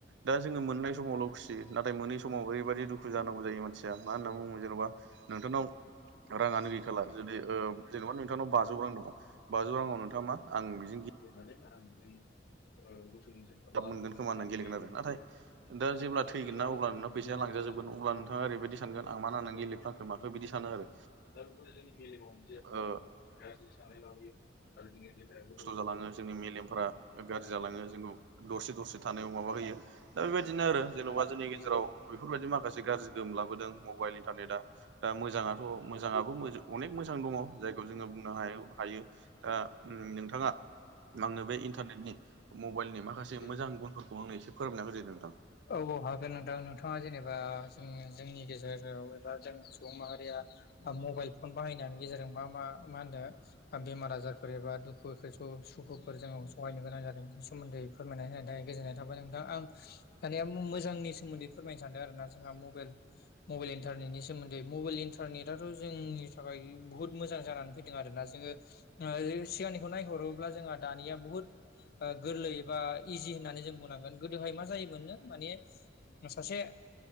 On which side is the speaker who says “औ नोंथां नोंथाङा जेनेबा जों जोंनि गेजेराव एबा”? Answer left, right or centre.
Left